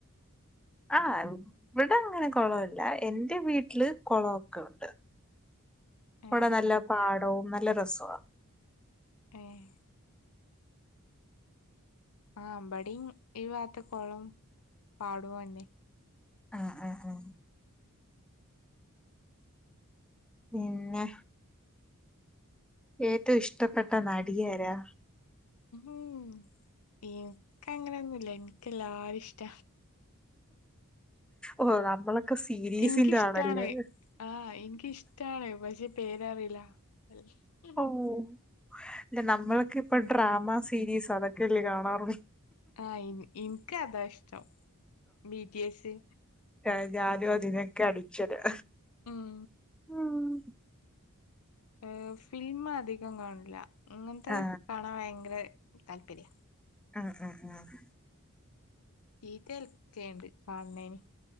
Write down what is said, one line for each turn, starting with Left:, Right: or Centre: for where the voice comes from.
Centre: ആഹ് ഇവിടങ്ങനെ കൊളൊല്ല എന്റെ വീട്ടില് കൊളോക്കുണ്ട്.
Left: ഏ
Centre: ഇവ്ടെ നല്ല പാടോം നല്ല രസാ
Left: ഏഹ് ആഹ് ഇമ്പടിം ഈ വാത്ത് കൊളോം പാടുഅന്നെ.
Centre: ആഹ് ആഹ് ആഹ് പിന്നെ ഏറ്റൊ ഇഷ്ടപ്പെട്ട നടിയാരാ?
Left: ഉം ഇൻക്കങ്ങനൊന്നുല്ല. ഇൻകെല്ലാരിഷ്ട.
Centre: ഓഹ് നമ്മളൊക്കെ സീരീസിന്റെ
Left: ഇൻക്കിഷ്ടാണ്
Centre: ആളല്ലേ.
Left: ആ ഇൻക്കിഷ്ടാണ് പക്ഷെ പേരറിയില്ല വെ
Centre: ഓഹ് ഇല്ല നമ്മൾക്കിപ്പൊ ഡ്രാമ സീരീസ് അതൊക്കെല്ലേ കാണാറു
Left: ആഹ് ഇൻ ഇൻക്കതാഷ്ടം ബി ടി എസ്.
Centre: ആഹ് ഞാനു അതിനൊക്കെ അഡിക്ഷനാ
Left: ഉം
Centre: ഉം
Left: ഉം ഫില്മ് അധികം കാണില്ല ഇങ്ങനത്തെ
Centre: ആ
Left: കാണാൻ ഭയങ്കര താല്പര്യ.
Centre: ആഹ് ആഹ് ആഹ്
Left: ചീത്ത ഏൽക്കെയേണ്ട് കാണ്‌ണേന്.